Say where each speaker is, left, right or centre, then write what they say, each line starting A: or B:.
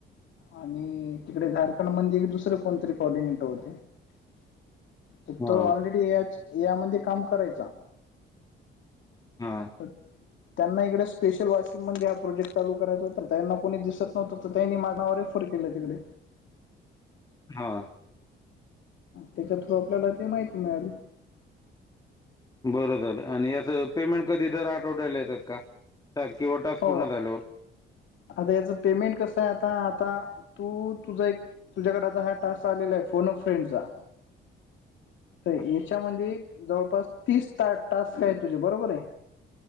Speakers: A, on the left; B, on the left.
A: आणि तिकडे झारखंड म्हंजे एक दुसरं कोणतरी कोर्डिनेटर होते. तर
B: हा
A: तो ऑलरेडी याच यामध्ये काम करायचा.
B: हा.
A: <unintelligible> त्यांना इकडे स्पेशल वाशिम मध्ये हा प्रोजेक्ट चालू करायचा होता त्यांना कोणी दिसत नव्हत तर त्यांनी माझ नावर ऑफर केले तिकडे.
B: हा.
A: त्याच्या थ्रू आपल्याला ते माहिती मिळाली.
B: बरं झालं आणि याचं पेमेंट कधी दर आठवड्याला येतात का किंवा तास
A: हो
B: पूर्ण झाल्यावर.
A: आता याच पेमेंट कस आहे आता आता तू तुझा एक तुझ्याकडे आता हा टास्क आलेला आहे फोन ऑफ फ्रें चा.
B: <inaudible>
A: तर याच्यामध्ये जवळपास तीस टा-टास्क आहे तुझे बरोबर आहे.